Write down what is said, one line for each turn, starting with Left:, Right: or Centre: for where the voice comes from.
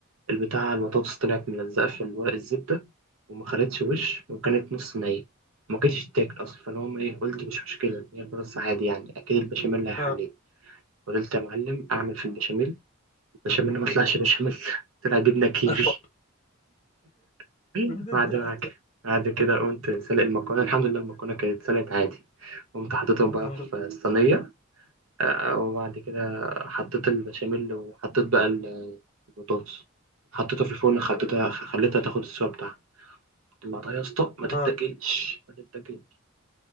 Right: البتاع البطاطس طلعت ملزقة في ورق الزبدة وما خدتش وش وكانت نص نية ما كانتش تاكل اصلا فاللي هم ايه قلت مش مشكلة هي البطاطس عادي يعني اكيد البشاميل هيحليه
Left: اه
Right: فضلت يا معلم اعمل في البشاميل البشاميل ما طلعش بشاميل <laughs> طلع جبنة كيري
Left: <laughs>
Right: <laughs>
Left: بتضحك
Right: بعد ما كده بعد كده قمت سلق المكرونة الحمد لله المكرونة كانت سلقت عادي قمت حطيتهم
Left: الحمد
Right: بقى في
Left: لله
Right: الصينية آه، وبعد كده حطيت البشاميل وحطيت بقى ال- البطاطس حطيتها في الفرن خليتها خليتها تاخد السوا بتاعها طلعتها يا اسطى ما
Left: اه
Right: تتاكلش ما تتاكلش